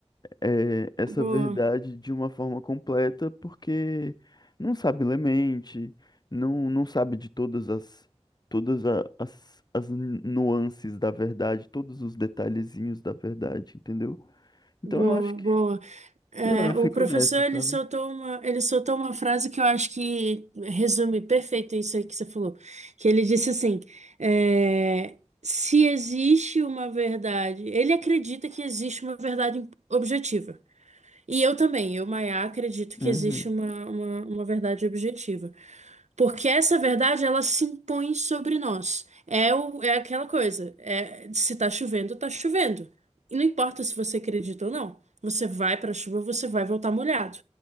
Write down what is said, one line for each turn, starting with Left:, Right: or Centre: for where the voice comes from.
Left: eh, essa
Right: Boa,
Left: verdade de uma forma completa, porque não sabe ler mente, não, não sabe de todas as, todas a- as, as nuances da verdade, todos os detalhezinhos da verdade, entendeu? Então
Right: boa,
Left: eu acho que,
Right: boa. É,
Left: sei lá, eu fico
Right: o professor
Left: nessa,
Right: ele
Left: sabe?
Right: soltou uma, ele soltou uma frase que eu acho que resume perfeito isso aí que você falou, que ele disse assim, é, se existe uma verdade, ele acredita que existe uma verdade objetiva. E eu também, eu, Maiá, acredito que
Left: Uhum,
Right: existe uma, uma, uma verdade objetiva. Porque essa verdade, ela se impõe sobre nós. É, o, é aquela coisa. É, se tá chovendo, tá chovendo. E não importa se você acredita ou não. Você vai pra chuva, você vai voltar molhado.